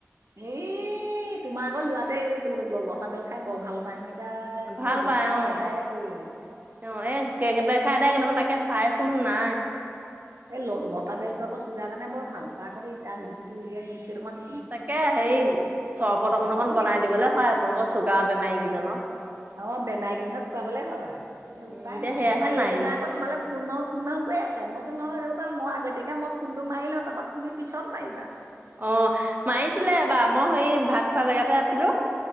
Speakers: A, on the right; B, on the right.
A: এ তোমাৰ আকৌ ল'ৰাটোৱে লটাবেল খাই বৰ ভাল পায় নহয়। এতিয়া কি
B: ভাল
A: হব,
B: পাই
A: খাই
B: অ'
A: আদায়ে কৰিলে।
B: অ', এ কেৰ্কেটুৱাই খাই আদাই কৰিলে, মই তাকে চাইছিলো নাই।
A: এই ল লতা বেলটো আকৌ চুগাৰ কাৰণে বৰ ভাল, তাৰ আক সেই তাৰ গুটিটো উলিয়াই মিক্সিত অকমান।
B: তাকে সেই চৰবত অকন
A: বৰ
B: অকন
A: ধুনীয়া
B: বনাই দিবলে হয় আপোনালোকৰ চুগাৰ বেমাৰী গিজনক।
A: অঁ' বেমাৰী গিজনক খোৱাবলে হয়, এতিয়া
B: উম
A: উপায় নাই
B: সেয়াহে
A: আমাৰ
B: নাই
A: এইজনে আকৌ তোমালে- ফোন মাৰো ফোন মাৰো কৈ আছে মইচো নহয় ৰ'বা মই আগতীয়াকে মই ফোনটো মাৰি লওঁ তাপা তুমি পিছত মাৰিবা।
B: অঁ মাৰিছিলে এবা মই সেই ভাত খোৱা জেগাতে আছিলো